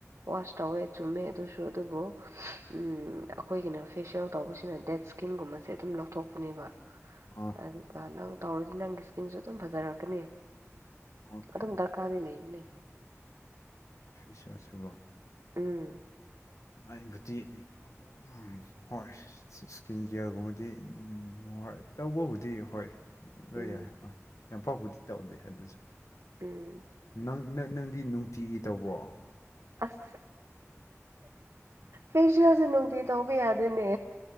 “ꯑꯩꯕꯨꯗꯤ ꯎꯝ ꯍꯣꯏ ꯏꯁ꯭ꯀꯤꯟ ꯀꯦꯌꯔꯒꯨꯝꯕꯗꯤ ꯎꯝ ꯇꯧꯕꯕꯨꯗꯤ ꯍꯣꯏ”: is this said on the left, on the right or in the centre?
Left